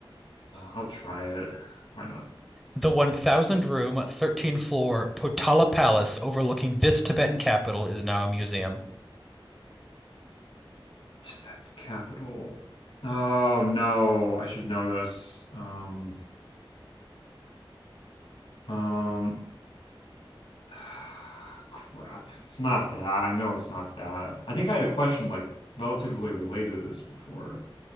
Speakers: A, on the left; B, in the centre.
A: I'll try it. Why not?
B: The 1,000 room, thirteen floor Potala Palace overlooking this Tibetan capital is now a museum.
A: Tibetan capital. Oh no, I should know this. Um, Um, <sighs> crap. It's not that. I know it's not that. I think I had a question like relatively related to this before.